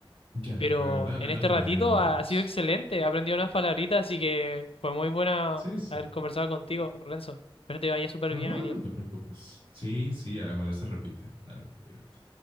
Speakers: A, on the right; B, on the left.
A: ya,
B: Pero
A: eh, dale,
B: en
A: dale,
B: este ratito
A: no, hay de- no te
B: ha,
A: preocupes.
B: ha sido excelente, he aprendido unas palabritas, así que fue muy buena
A: Sí, sí.
B: haber conversado contigo, Renzo. Espero te vaya súper
A: Ajá,
B: bien hoy día.
A: no te preocupes. Sí, sí, ojalá se repita. Dale, cuídate.